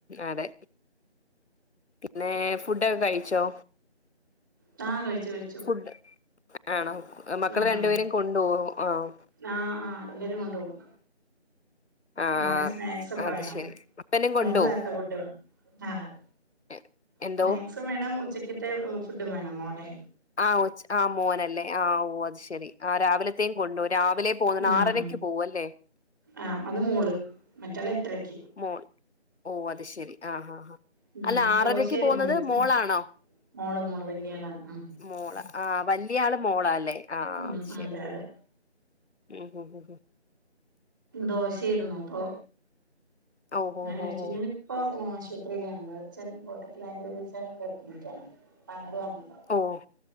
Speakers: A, on the left; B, on the right.
A: അതെ പിന്നെ ഫുഡൊക്കെ കഴിച്ചോ
B: താ കഴിച്ചു കഴിച്ചു
A: ഫുഡ് ആണോ മക്കൾ
B: ആഹ്
A: രണ്ടുപേരും
B: ആഹ്
A: കൊണ്ടുപോവോ ആഹ്
B: ആഹ് ആഹ് എല്ലാരും കൊണ്ടപോകും
A: ആഹ്
B: മോന് സ്നാക്സ് ഒക്കെ
A: അത്
B: വേണം
A: ശരി അപ്പനും കൊണ്ടോവും
B: മൂന്ന് നേരത്തെ ഫുഡ് വേണം ആഹ്
A: എ എന്തോ
B: സ്നാക്സും വേണം ഉച്ചക്കത്തെ ഫുഡും വേണം മോനെ
A: ആ ആ മോനല്ലേ ആ ഓ അത് ശരി ആ രാവിലത്തെയും കൊണ്ടു രാവിലെ പോകുന്നുണ്ട്
B: എന്ന
A: ആറരക്ക്
B: ആ
A: പോവും അല്ലേ
B: ആഹ് അത് മോള് മറ്റാല എത്രക്ക്
A: മോൾ ഓ അത് ശരി ആ ഹാ ആഹാ
B: ഉം
A: അല്ല ആറരക്ക്
B: ദോശയായിരുന്നു
A: പോകുന്നത്
B: വീട്ടില്
A: മോളാണോ
B: മോള് മോള് വലിയയാളാണ് ആഹ്
A: മോള് ആ വലിയ ആള് മോള അല്ലേ ആഹ്ശരി
B: ഉം അതെ അതെ
A: ഉം ഹ ഉ
B: ദോശായിരുന്നു അപ്പൊ
A: ഓഹ്
B: അങ്ങനെ
A: ഓഹ്
B: കഴിച്ചു
A: ഓഹ്
B: ഞാൻ അപ്പൊ ആശുപത്രിയിലണ്ട് അച്ഛൻ കൂട്ടത്തിലായി ചോദിച്ചാല വെക്കട്ടാണ്ങ്ങട് വന്നത്
A: ഓഹ് ഓഹ്